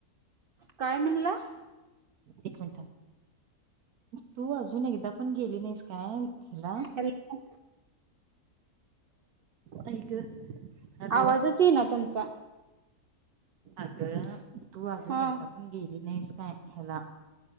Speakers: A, on the right; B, on the right.
A: काय म्हणला का
B: एक मिनिट थांब तू अजून एकदा पण गेली नाहीस काय हिला
A: हॅलो
B: आई गं हॅलो
A: आवाजच येईना तुमचा
B: अगं तू अजून
A: हा
B: एकदा पण गे लीस काय हेला